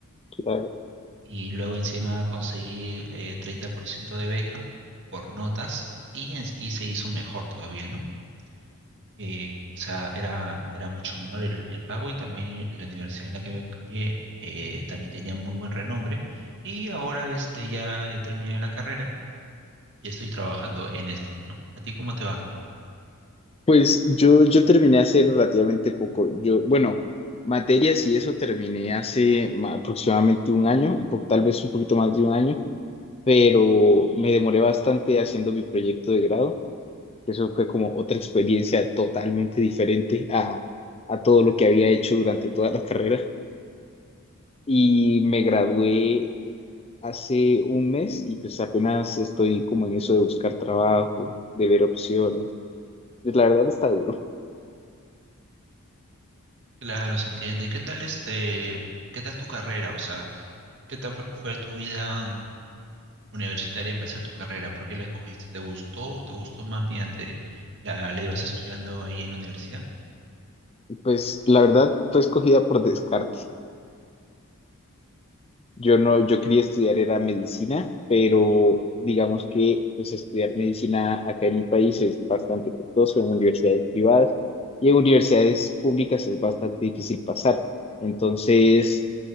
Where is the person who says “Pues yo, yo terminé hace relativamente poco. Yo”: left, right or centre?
Left